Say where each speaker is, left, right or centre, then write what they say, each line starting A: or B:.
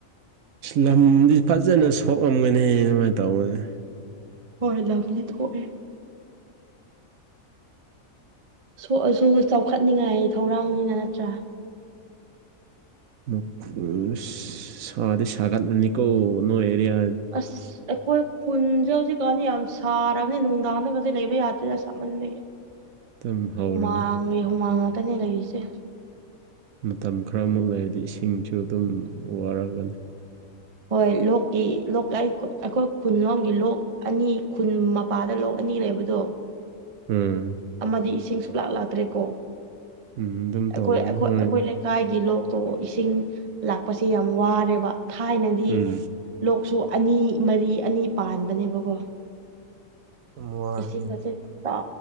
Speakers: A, on the right (about 80°); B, on the right (about 35°).
A: ꯂꯝꯗꯤ ꯐꯖꯅ ꯁꯣꯛꯔꯝꯒꯅꯤ ꯑꯗꯨꯃꯥꯏꯅ ꯇꯧꯕꯁꯦ
B: ꯍꯣꯏ ꯂꯝꯗꯤ ꯊꯣꯛꯑꯦ ꯁꯣꯛꯑꯁꯨ ꯆꯥꯎꯈꯠꯅꯤꯡꯉꯥꯏ ꯊꯧꯔꯥꯡꯅꯤꯅ ꯅꯠꯇ꯭ꯔꯥ
A: ꯑꯁ ꯁꯥꯗꯤ ꯁꯥꯒꯠꯂꯅꯤꯀꯣ ꯅꯣꯏ ꯑꯦꯔꯤꯌꯥ
B: ꯑꯁ ꯑꯩꯈꯣꯏ ꯈꯨꯟꯁꯦ ꯍꯧꯖꯤꯛꯀꯥꯟꯗꯤ ꯌꯥꯝ ꯁꯥꯔꯕꯅꯤ ꯅꯨꯡꯗꯥꯡꯗꯒꯁꯦ ꯂꯩꯕ ꯌꯥꯗꯦ ꯑꯁ ꯁꯥꯃꯜꯂꯦ
A: ꯑꯗꯨꯝ ꯍꯧꯔꯅꯤ
B: ꯍꯨꯃꯥꯡꯒꯤ ꯍꯨꯃꯥꯡ ꯉꯥꯛꯇꯅꯦ ꯂꯩꯔꯤꯁꯦ
A: ꯃꯇꯝ ꯈꯔꯃꯨꯛ ꯂꯩꯔꯗꯤ ꯏꯁꯤꯡꯁꯨ ꯑꯗꯨꯝ ꯋꯥꯔꯒꯅꯤ
B: ꯍꯣꯏ ꯂꯣꯛꯀꯤ ꯂꯣꯛ ꯂꯥꯏ ꯑꯩꯈꯣꯏ ꯈꯨꯟꯂꯣꯝꯒꯤ ꯂꯣꯛ ꯑꯅꯤ ꯈꯨꯟ ꯃꯄꯥꯗ ꯂꯣꯛ ꯑꯅꯤ ꯂꯩꯕꯗꯣ
A: ꯎꯝ
B: ꯑꯃꯗꯤ ꯏꯁꯤꯡ ꯁꯨꯡꯂꯥꯛ ꯂꯥꯛꯇ꯭ꯔꯦꯀꯣ
A: ꯎꯝ ꯑꯗꯨꯝ
B: ꯑꯩꯈꯣꯏ
A: ꯇꯧꯔꯅꯤ
B: ꯑꯩꯈꯣꯏ
A: ꯍꯣꯏ
B: ꯑꯩꯈꯣꯏ ꯂꯩꯀꯥꯏꯒꯤ ꯂꯣꯛ ꯇꯣ ꯏꯁꯤꯡ ꯂꯥꯛꯄꯁꯦ ꯌꯥꯝ ꯋꯥꯔꯦꯕ ꯊꯥꯏꯅꯗꯤ
A: ꯎꯝ
B: ꯂꯣꯛꯁꯨ ꯑꯅꯤ ꯃꯔꯤ ꯑꯅꯤ ꯄꯥꯟꯕꯅꯦꯕꯀꯣ
A: ꯌꯥꯝ ꯋꯥꯔꯅꯤ
B: ꯏꯁꯤꯡꯒꯁꯦ ꯇꯥ